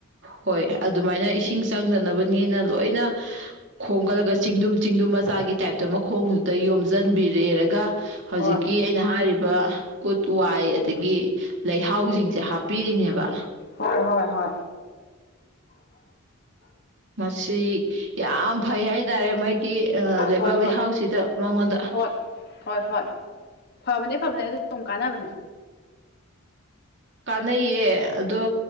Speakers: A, on the right; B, on the left.
A: ꯍꯣꯏ ꯑꯗꯨꯃꯥꯏꯅ ꯏꯁꯤꯡ ꯆꯪꯗꯅꯕꯅꯤꯅ ꯂꯣꯏꯅ ꯈꯣꯡꯒꯠꯂꯒ ꯆꯤꯡꯗꯨꯝ ꯆꯤꯡꯗꯨꯝ ꯃꯆꯥꯒꯤ ꯇꯥꯏꯞꯇ ꯃꯈꯣꯡꯗꯨꯗ ꯌꯣꯝꯁꯤꯟꯕꯤꯔꯦꯔꯒ ꯍꯧꯖꯤꯛꯀꯤ
B: ꯍꯣꯏ
A: ꯑꯩꯅ ꯍꯥꯏꯔꯤꯕ ꯎꯠ ꯋꯥꯏ ꯑꯗꯒꯤ ꯂꯩꯍꯥꯎꯁꯤꯡꯁꯦ ꯍꯥꯞꯄꯤꯔꯤꯅꯦꯕ
B: ꯍꯣꯏ ꯍꯣꯏ ꯍꯣꯏ
A: ꯃꯁꯤ ꯌꯥꯝ ꯐꯩ ꯍꯥꯏꯇꯥꯔꯦ ꯃꯥꯒꯤ ꯂꯩꯕꯥꯛ
B: ꯍꯣꯏ ꯍꯣꯏ
A: ꯂꯩꯍꯥꯎꯁꯤꯗ ꯃꯉꯣꯟꯗ
B: ꯍꯣꯏ ꯍꯣꯏ ꯍꯣꯏ ꯐꯕꯅꯦ ꯐꯕꯅꯦ ꯑꯗꯨ ꯁꯝ ꯀꯥꯟꯅꯕꯅꯦ
A: ꯀꯥꯟꯅꯩꯌꯦ ꯑꯗꯣ